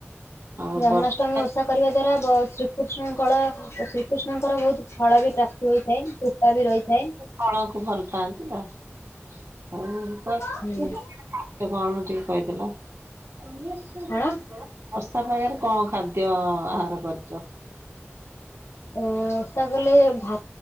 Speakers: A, on the right; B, on the left.
A: ଆଉ
B: ଜନ୍ମାଷ୍ଟମୀ
A: ବର୍ଷା
B: ଓଷା କରିବା ଦ୍ଵାରା ବ ଶ୍ରୀକୃଷ୍ଣଙ୍କଳ ଶ୍ରୀକୃଷ୍ଣଙ୍କର ବହୁତ ଫଳ ବି ପ୍ରା ହୋଇଥାଏ କୃପା ବି ରହିଥାଏ।
A: ଫଳକୁ ଭଲ ପାଆନ୍ତି ଆଉ ଆଉ ସେ
B: ହୁଁ
A: କଣ ଟିକେ କହିଦେଲ। ବର୍ଷା
B: କଣ
A: ପାାଗରେ କଣ ଖାଦ୍ୟ ଆହାର କରିଚ?
B: ଅଁ ଓଷା କଲେ ଭା